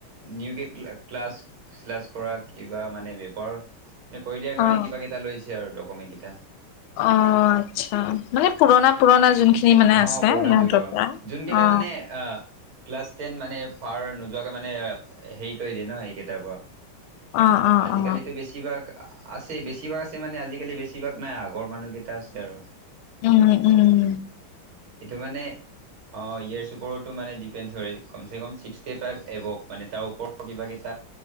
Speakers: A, on the right (about 70°); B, on the left (about 80°).
A: নিউকে ক্লাছ-শ্লাছ কৰা, কিবা মানে <unintelligible> এই কৰি দিয়াৰ কাৰণে
B: অ
A: কিবাকেইটা লৈছে আৰু ডকুমেণ্টকেইটা।
B: অ, আচ্ছা। মানে পুৰণা-পুৰণা যোনখিনি মানে
A: হ,
B: আছে
A: পুৰণা
B: ইহঁতৰ
A: যুগৰ,
B: পৰা
A: যোন কেইটা
B: অ
A: মানে আহ ক্লাছ টেন মানে পাৰ নোযোৱাকে মানে হেৰি তৰি দিয়ে ন এইকেইটাৰ পৰা।
B: অ অ
A: আজিকালিটো
B: অ
A: বেছি ভাগ আছেই, বেছিভাগ আছে মানে আজিকালি বেছিভাগ নাই, আগৰ মানুহ কেইটা আছে আৰু।
B: উম,
A: ভাগকেইটা
B: উম, উম।
A: এইটো মানে অঁ, ইয়েৰ্ছ ওপৰতো মানে ডিপেণ্ড হয়, কমচে কম ছিক্সটি ফাইভ এবভ, মানে তাৰ ওপৰত কিবাকেইটা